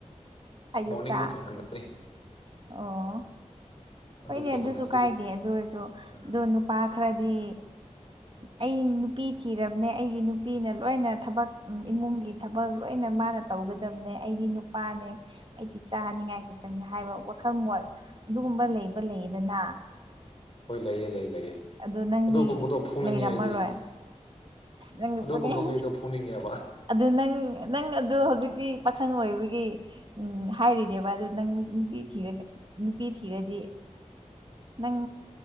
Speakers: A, on the right; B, on the left.
A: ꯑꯌꯨꯛꯇ
B: ꯃꯣꯔꯅꯤꯡꯗ ꯊꯣꯡꯍꯟꯒꯅꯤ
A: ꯑꯣ
B: ꯑꯗꯨ
A: ꯍꯣꯢꯅꯦ
B: ꯇꯧꯒꯅꯤ
A: ꯑꯗꯨꯁꯨ ꯀꯥꯏꯗꯦ ꯑꯗꯨ ꯑꯣꯏꯔꯁꯨ ꯑꯗꯣ
B: ꯎꯝ
A: ꯅꯨꯄꯥ ꯈꯔꯗꯤ ꯑꯩ ꯅꯨꯄꯤ ꯊꯤꯔꯕꯅꯦ ꯑꯩꯒꯤ ꯅꯨꯄꯤꯅ ꯂꯣꯏꯅ ꯊꯕꯛ ꯏꯃꯨꯡꯒꯤ ꯊꯕꯛ ꯂꯣꯏꯅ ꯃꯥꯅ ꯇꯧꯒꯗꯕꯅꯦ ꯑꯩꯗꯤ ꯅꯨꯄꯥꯅꯦ ꯑꯩꯗꯤ ꯆꯥꯅꯤꯡꯉꯥꯏ ꯈꯛꯇꯪꯅꯤ ꯍꯥꯏꯕ ꯋꯥꯈꯜ ꯃꯣꯠ ꯑꯗꯨꯒꯨꯝꯕ ꯂꯩꯕ ꯂꯩꯌꯦꯗꯅ
B: ꯍꯣꯏ ꯂꯩꯌꯦ ꯂꯩꯌꯦ ꯂꯩꯌꯦ
A: ꯑꯗꯣ ꯅꯪꯗꯤ
B: ꯑꯗꯨꯒꯨꯝꯕꯗꯣ ꯐꯨꯅꯤꯡꯉꯦ
A: ꯂꯩꯔꯝꯃꯔꯣꯏ
B: ꯑꯩꯗꯤ
A: ꯅꯪ
B: ꯑꯗꯨꯒꯨꯝꯕ
A: ꯄꯨꯅꯤꯡ
B: ꯃꯤꯗꯣ ꯐꯨꯅꯤꯡꯉꯦꯕ
A: ꯑꯗꯨ ꯅꯪ ꯅꯪ ꯑꯗꯨ ꯍꯧꯖꯤꯛꯇꯤ ꯄꯥꯈꯪ ꯑꯣꯏꯕꯒꯤ ꯍꯥꯏꯔꯤꯅꯦꯕ ꯑꯗꯨꯗ ꯅꯪ ꯅꯨꯄꯤ ꯊꯤꯔꯒ ꯅꯨꯄꯤ ꯊꯤꯔꯗꯤ ꯅꯪ